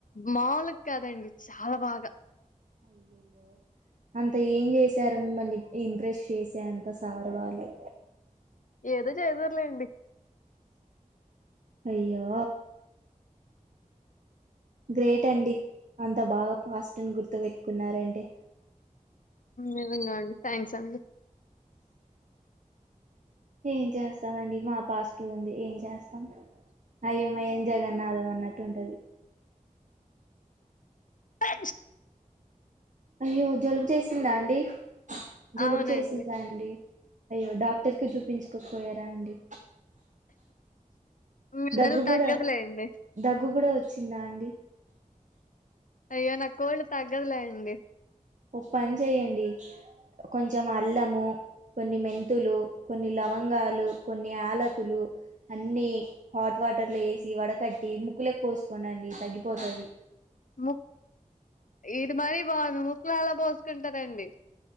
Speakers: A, on the left; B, on the right.
A: మాముూలుగా కదండి చాలా బాగా
B: అయ్యయ్యో అంత ఏం చేసారు మిమ్మల్ని ఇంప్రెస్ చేసే అంత సారు వాళ్ళు
A: ఏదో చేసార్లేండి
B: అయో గ్రేట్ అండి అంత బాగా పాస్ట్ని గుర్తుపెట్టుకున్నంటే
A: నిజంగా అండి థ్యాంక్స్ అండి
B: ఏం చేస్తామండి మా పాస్ట్ ఉంది ఏం చేస్తాం అయోమయం జగన్నాథం అన్నట్టు ఉంటది
A: అ
B: అయ్యో జలుబు చేసిందా అండి జలుబు
A: అవునండి.
B: చేసిందా అండి అయ్యో డాక్ డాక్టర్కి చూపించకపోయారా అండి
A: మీ
B: దగ్గు
A: జలుబు
B: కూడా
A: తగ్గదులేండి.
B: దగ్గు కూడా వ వచింద అండి
A: అయ్యో నా కోల్డ్ తగ్గదులే అండి
B: ఒక పని చేయయండి కొంచెం అల్లము కొన్ని మెంతులు కొన్ని లవంగాలు కొన్ని ఆలకులు అన్ని హాట్ వాటర్లు వేసి వడకట్టి ముక్కులకు పోసుకోం అండి తగ్గిపోతుంది
A: ముక్ ఇది మరీ బాగుంది ముక్కులో ఎలా పోసుకుంటారండి